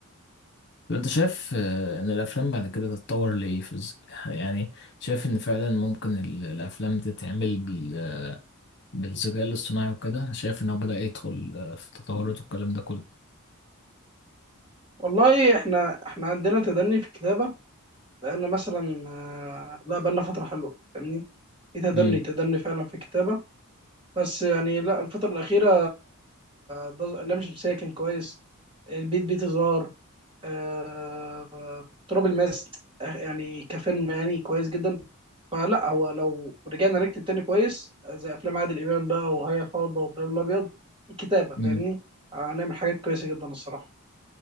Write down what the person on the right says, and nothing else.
والله احنا احنا عندنا تدني في الكتابة بقالنا مثلا آه، لا بقالنا فترة حلوة فاهمني في تدني
تدني فعلا في الكتابة بس يعني لا الفترة الأخيرة ده- لام شمسية كان كويس البيت بيت زهر آه، تراب الماس آه، يعني كفيلم يعني كويس جدا فلا هو لو رجعنا نكتب تاني كويس زي أفلام عادل إمام بقى وهي فوضى وإبراهيم الأبيض الكتابة
فاهمني هنعمل حاجات كويسة جدا الصراحة